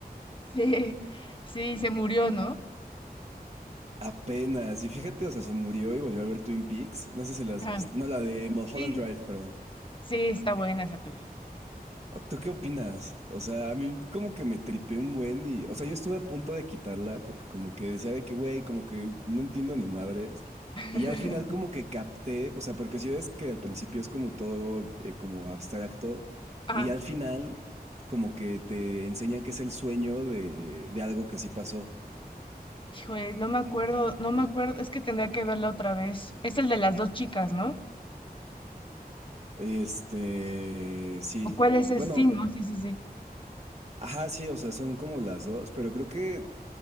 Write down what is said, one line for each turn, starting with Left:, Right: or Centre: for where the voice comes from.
Left: Sí, sí, se murió, ¿no?
Right: Apenas. Y fíjate, o sea, se murió y volvió a ver Twin Peaks. No sé si la has
Left: Ajá.
Right: visto.
Left: Sí.
Right: No, la de Mulholland
Left: Sí,
Right: Drive, perdón.
Left: sí, está buena esa película.
Right: ¿Tú qué opinas? O sea, a mí como que me tripé un buen y... O sea, yo estuve a punto de quitarla porque como que decía de que, güey, como que no entiendo ni madres.
Left: <laughs>
Right: Y ya al final como que capté, o sea, porque si ves que al principio es como todo eh, como abstracto
Left: Ah,
Right: y ya al final como que te enseñan que es el sueño de, de algo que sí pasó.
Left: híjole, no me acuerdo, no me acuerdo, es que tendría que verla otra vez. Es el de las dos chicas, ¿no?
Right: Este, sí.
Left: ¿O cuál es ese?
Right: Bueno.
Left: Sí, ¿no? Sí, sí, sí.
Right: Ajá, sí, o sea, son como las dos, pero creo que